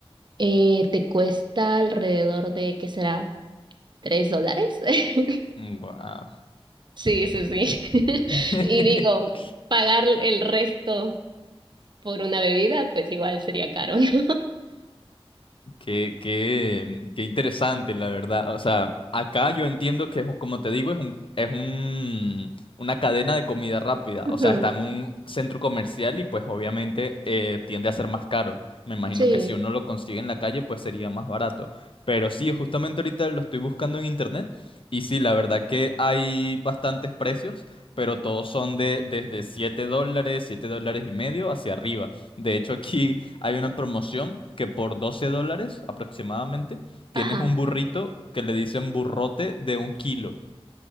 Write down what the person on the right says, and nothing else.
Eh, te cuesta alrededor de, ¿qué será? ¿Tres dólares? <laughs>
Sí, sí, sí. <laughs>
Y digo, pagar el resto por una bebida, pues igual sería caro, ¿no?
<laughs> Ujú,
Sí,
ajá.